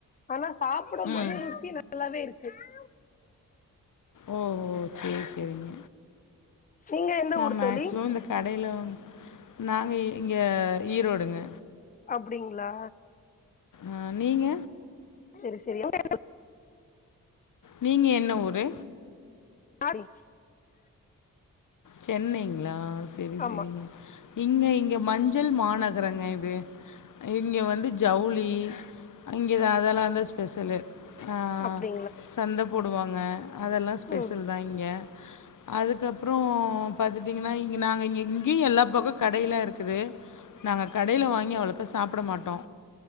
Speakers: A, on the left; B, on the left.
A: ஆனா சாப்படும்
B: ம்
A: போது ருசி நல்லாவே இருக்கு க்கு
B: ஓ ஓ சேரி சேரிங்
A: நீங்க எந்த
B: நா
A: ஊர்
B: மேக்ஸிமம்
A: தோழி
B: இந்தக் கடையில நாங்க இங்க ஈரோடுங்க
A: அப்டிங்களா
B: ஆ நீங்க
A: செரி செரி <unintelligible>
B: நீங்க என்ன ஊரு
A: <unintelligible>
B: சென்னைங்களா செரி
A: ஆமா
B: செரி இங்க இங்க மஞ்சள் மாநகரங்க இது இங்க வந்து ஜவுளி இங்க தா அதெல்லா தா ஸ்பெஷலு ஆ
A: அப்டி
B: சந்த போடுவாங்க அதெல்லா ஸ்பெஷல்
A: ம்
B: தா இங்க அதுக்கப்புற பாத்துட்டீங்கனா இங்க நாங்க இங் இங்கியு எல்லா பக்கோ கடையில்லா இருக்குது நாங்க கடையில வாங்கி அவ்ளுக்கா சாப்ட மாட்டோ